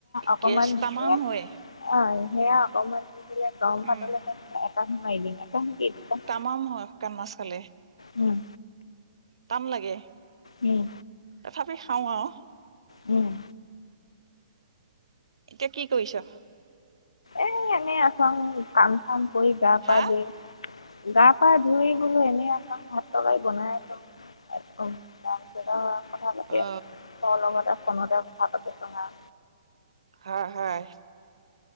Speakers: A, on the left (about 75°); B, on the right (about 70°).
A: অকণমান
B: গেছ
A: দিছিল।
B: তামাম
A: অ',
B: হয়
A: সেয়া অকমান দি কেনে গৰম
B: উম
A: ভাতলৈ এটা সোমাই দিম এ সেকেই দু
B: মাম হয় শুকান মাছ খালে।
A: উম।
B: টান লাগে।
A: উম।
B: তথাপি খাওঁ আৰু।
A: উম।
B: এতিয়া কি কৰিছ?
A: এ এনেই আচং কাম চাম কৰি গা
B: হা
A: পা ধূই। গা পা ধুই বোলো এনেই আছং ভাত তলাই বনাইদম একদম। <unintelligible> কথা পাতি
B: অ
A: ত লগতে ফোনতে কথা পাতি আছে।
B: হা হায়।